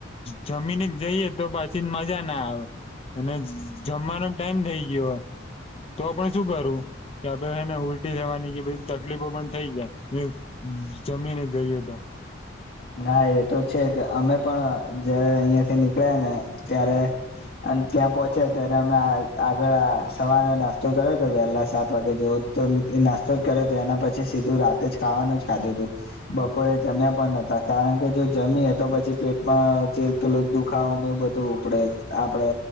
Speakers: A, on the left; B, on the left.
A: જમીન જ જઈએ તો પછી મજા ના આવે અને જમવાનો ટાઈમ થઈ ગયો. તો પણ શું કરવું? કે આપે હે ને ઉલટી જવાની બધી તકલીફો પણ થઈ જાય. એ જમીને જઈએ તો. <inaudible>
B: હા એ તો છે જ. અમે પણ જયારે અહિયાં થી નીકળ્યા ને ત્યારે અને ત્યાં પોહોંચ્યા ત્યારે અમે આ આગળ આ સવારના નાસ્તો કર્યો તો વહેલા સાત વાગે જોવો તો એ નાસ્તો જ કર્યો તો એના પછી સીધું રાતે જ ખાવાનું જ ખાધું હતું. બપોરે જમ્યા પણ નથ કા કારણ કે જો જમીએ, તો પછી પેટમાં જે પેલું દુખાવો ને એવું બધું ઉપડે. આપડે